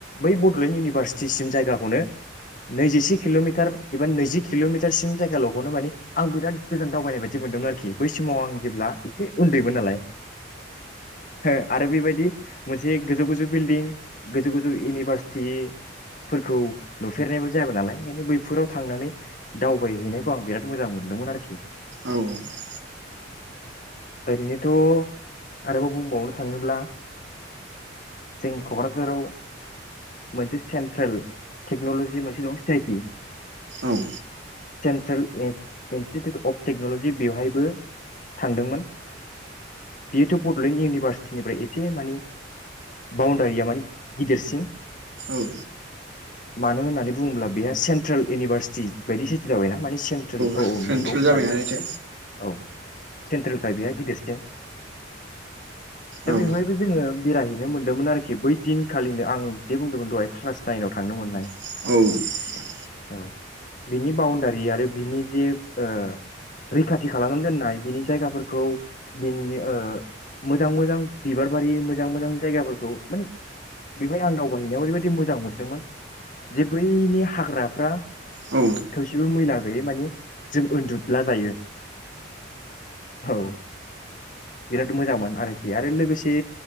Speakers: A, on the left; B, on the right.
A: बै बडलेण्ड इउनिभारसिटिसिम जायगाखौनो नैजिसे किलमिटार एबा नैजि किलमिटारसिम जायगालखौनो माने आं बिराद गोजोन दावबायनाय बायदि मोनदोंमोन आरोखि बै समाव आं जेब्ला एसे उन्दैमोन नालाय हो आरो बेबायदि मोनसे गोजौ गोजौ बिल्डिं गोजौ गोजौ इउनिभारसिटिफोरखौ नुफेरनायबो जायामोन नालाय बेनिखायनो बैफोराव थांनानै दावबायहैनायखौ आं बिराद मोजां मोनदोंमोन आरोखि
B: औ
A: ओरैनोथ' आरोबाव बुंबावनो थाङोब्ला जोंनि कक्राझाराव मोनसे सेन्ट्रेल टेक्नलजि मोनसे दं सि आइ टि
B: औ
A: सेन्ट्रेल इन्स्टिटिउट अफ टेक्नलजि बेवहायबो थांदोंमोन बेयोथ बडलेण्ड इउनिभारसिटिनिफ्राय एसे मानि बाउणडारिया मानि गिदिरसिन
B: औ
A: मानो होननानै बुङोब्ला बेहा सेन्ट्रेल इउनिभारसिटि बायदि सिटि जाबाय ना माने सेन्ट्रेल औ
B: सेन्ट्रेल
A: औ नंगौ
B: जाबाय
A: थारैनो
B: नालायथो
A: औ। सेन्ट्रेलखाय बेया गिदिरसिन दा
B: औ
A: बेवहायबो जोङो बेरायहैनो मोनदोंमोन आरोखि बै दिनखालिनो आं जे बुंदोंमोन दहाय क्लास नाइनाव थांनो मोननाय।
B: औ।
A: औ। बिनि बाउणडारि आरो बिनि जे ओ रैखाथि खालामनानै दोननाय बिनि जायगाफोरखौ बिनि मोजां मोजां बिबार बारि मोजां मोजां जायगाफोरखौ माने बेवहाय आं दावबायहैनायाव ओरैबायदि मोजां मोनदोंमोन जे बैनि हाग्राफ्रा
B: औ
A: थोबसेबो मैला गैयै माने जों उन्दुला जायो औ बिराद मोजांमोन आरोखि आरो लोगोसे